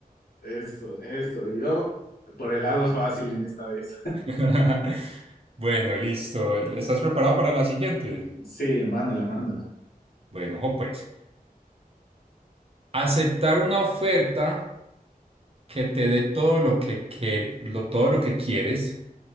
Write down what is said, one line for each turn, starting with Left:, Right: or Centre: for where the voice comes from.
Left: Eso, eso, yo por el lado fácil en esta vez.
Right: <laughs> Bueno, listo. ¿Estás preparado para la siguiente?
Left: Sí, mándala, mándala.
Right: Bueno, ojo, pues. Aceptar una oferta que te dé todo lo que, quer- lo- todo lo que quieres,